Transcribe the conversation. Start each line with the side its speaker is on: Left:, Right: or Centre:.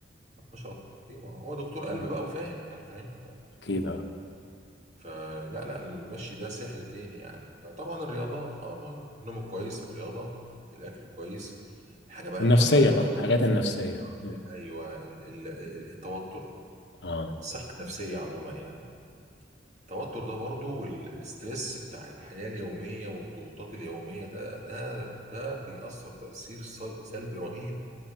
Right: ما شاء الله ما هو دكتور قلب
Left: مم.
Right: بقى وفاهم يعني فاهم
Left: أكيد اه
Right: فلا لا المشي ده سحر تاني يعني فطبعا الرياضة اه مهم النوم الكويس الرياضة الأكل الكويس حاجة بقى
Left: والنفسية
Right: المهمة أوي
Left: بقى الحاجات
Right: أوي أوي
Left: النفسية مم.
Right: ال- أيوه ال- ال- ال- التوتر
Left: اه
Right: الصحة النفسية عموما يعني التوتر ده برضو والستريس بتاع الحياة اليومية والضغوطات اليومية ده ده ده بيأثر تأثير سل- سلبي رهيب